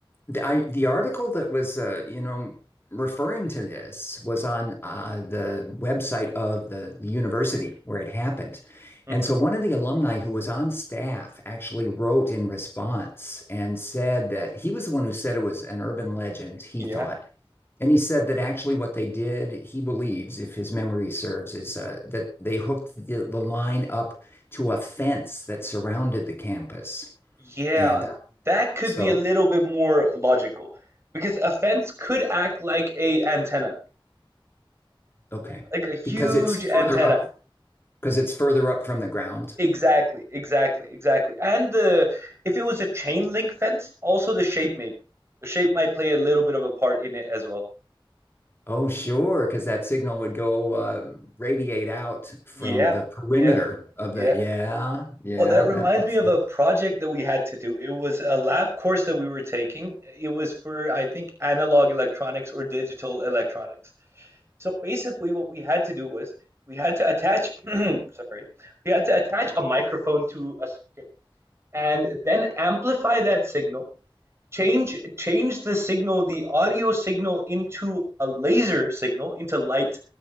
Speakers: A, on the left; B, on the right.
A: the, I, the article that was, uh, you know, referring to this was on uh, the website of the, the university where it happened.
B: hmm
A: And so one of the alumni who was on staff actually wrote in response and said that he was the one who said it was an urban legend, he
B: Yeah.
A: thought. And he said that actually what they did, he believes, if his memory serves, is uh, that they hooked the, the line up to a fence that surrounded the campus.
B: Yeah.
A: And uh,
B: That could
A: so
B: be a little bit more logical because a fence could act like a antenna,
A: Okay.
B: like a huge
A: Because it's
B: antenna.
A: further up, because it's further up from the ground.
B: Exactly, exactly, exactly. And the if it was a chain link fence, also the shape maybe. The shape might play a little bit of a part in it as well.
A: Oh, sure, because that signal would go uh, radiate out from
B: Yeah,
A: the perimeter
B: yeah,
A: of the.
B: yeah.
A: Yeah, yeah,
B: Oh, that reminds
A: that makes
B: me of
A: sense.
B: a project that we had to do. It was a lab course that we were taking. It was for, I think, analog electronics or digital electronics. So basically, what we had to do was we had to attach, <clears throat> sorry, we had to attach a microphone to a circuit and then amplify that signal change change the signal the audio signal into a laser signal into light